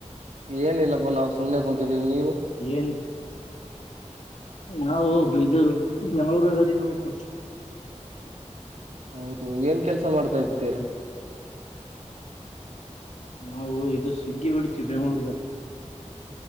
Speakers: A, on the right; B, on the left.
A: ಏನಿಲ್ಲಪ್ಪ ನಾವು ಸುಮನೆ ಕುಂತಿದ್ದೀವಿ ನೀವು
B: ಏನ್ <inaudible> ನಾವು ಇದು ಬೆಂಗಳೂರಾಗದಿವಿ ನೋಡಪ್ಪ.
A: ಹೌದು! ಏನ್ ಕೆಲ್ಸ ಮಾಡ್ತೀರಾ
B: ನಾವು ಇದು ಸ್ವಿಗ್ಗಿ ಹೊಡಿತೀವಿ ಬೆಂಗಳೂರಗ.